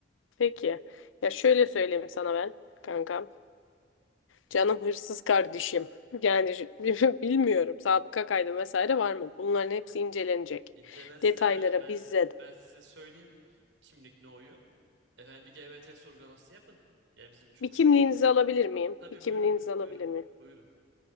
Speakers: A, on the left; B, on the right.
A: Peki. Ya şöyle söyleyeyim sana ben kankam. Canım hırsız kardeşim. Yani şu- <laughs> bilmiyorum sabıka kaydı vesaire var mı? Bunların hepsi incelenecek.
B: İncelensin
A: Detaylara
B: efendim. Ben
A: bizzat.
B: size ben size söyleyeyim kimlik ne oyu. Efendim bir GBT sorgulaması yapın. Yani bizim çok
A: Bir kimliğinizi
B: şükür.
A: alabilir miyim?
B: Tabii
A: Bir kimliğinizi
B: buyurun, buyurun,
A: alabilir miyim?
B: buyurun.